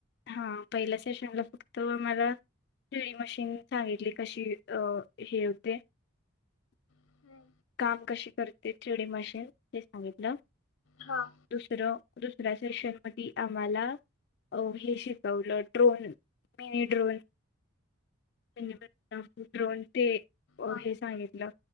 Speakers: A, on the left; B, on the left.
A: हा पहिल्या सेशनला फक्त मला थ्रीडी मशीन सांगितली कशी अ हे होते. <inaudible>
B: हम्म.
A: काम कशी करते थ्रीडी मशीन हे सांगितलं. <inaudible>
B: हां
A: दुसरं दुसऱ्या सेशन मधी आम्हाला अ हे शिकवलं ड्रोन मिनी ड्रोन <unintelligible> ड्रोन ते अ,
B: हा
A: हे सांगितलं